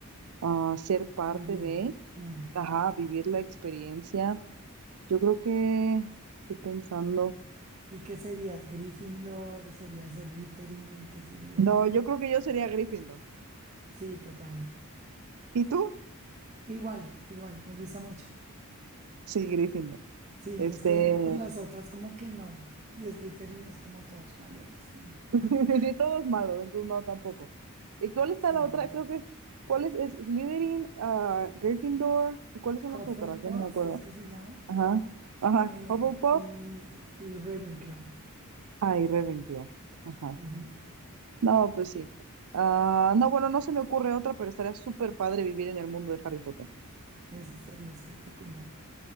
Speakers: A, on the right; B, on the right.
A: ah, ser parte
B: Vivir.
A: de,
B: Mm.
A: ajá, vivir la experiencia. Yo creo que, estoy pensando,
B: ¿Y qué serías? ¿Gryffindor? ¿Serías Slytherin? ¿Qué serías?
A: no, yo creo que yo sería Gryffindor.
B: Sí, total.
A: ¿Y tú?
B: Igual, igual, me gusta mucho.
A: Sí, Gryffindor.
B: Sí,
A: Este,
B: es que pues, las otras como que no. Y Slytherin es como todos malotes, y no.
A: <laughs>
B: <laughs>
A: sí, todo es malo, entonces no, tampoco. ¿Y cuál está
B: Sí,
A: la otra?
B: sí, sí.
A: Creo que, ¿cuál es? Es Slytherin, ah, Gryffindor, ¿y cuáles son
B: Hufflepuff
A: las otras? Ya no me acuerdo.
B: es que se llama.
A: Ajá, ajá,
B: eh,
A: Hufflepuff,
B: y, y Ravenclaw.
A: ah, y Ravenclaw. Ajá.
B: Ujú,
A: No, pues sí. Ah, no, bueno, no se me ocurre otra, pero estaría súper padre vivir en el mundo de Harry Potter.
B: Eso estaría espectacular.